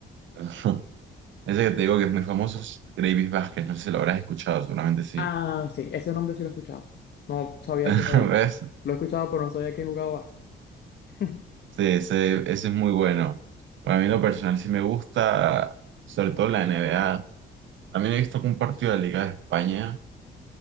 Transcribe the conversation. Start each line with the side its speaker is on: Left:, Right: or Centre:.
Right: <laughs> Ese que te digo que es muy famoso es Gravis Vázquez, no sé si lo habrás escuchado, seguramente sí.
Left: Ah, sí, ese nombre sí lo he escuchado. No sabía
Right: <laughs>
Left: que jugaba.
Right: ¿Ves?
Left: lo he escuchado, pero no sabía que jugaba. <laughs>
Right: Sí, ese, ese es muy bueno. Para
Left: Ok,
Right: mí, en lo personal, sí me gusta, sobre todo la NBA. También he visto un partido de la Liga de España,